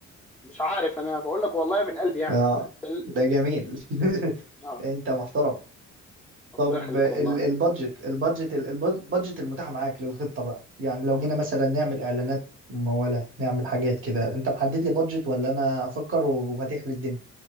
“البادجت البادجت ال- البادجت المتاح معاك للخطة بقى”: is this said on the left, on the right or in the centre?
Right